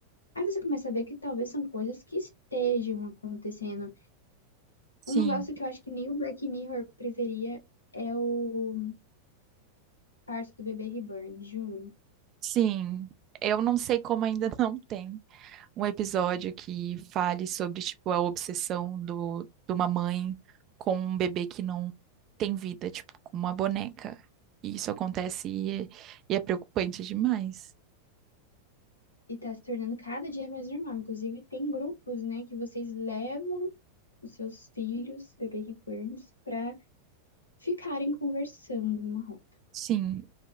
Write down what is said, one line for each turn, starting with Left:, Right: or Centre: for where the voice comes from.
Left: Aí você começa a ver que talvez são coisas que estejam acontecendo
Right: Sim,
Left: Um negócio que eu acho que nem o Black Mirror preferia é o parto do bebê reborn, juro.
Right: sim. Eu não sei como ainda <laughs> não tem. um episódio que fale sobre, tipo, a obsessão do, de uma mãe com um bebê que não tem vida, tipo, com uma boneca. E isso acontece e, é, e é preocupante demais.
Left: E tá se tornando cada dia mais normal. Inclusive, tem grupos, né, que vocês levam os seus filhos, bebê reborns, pra ficarem conversando numa roda.
Right: Sim,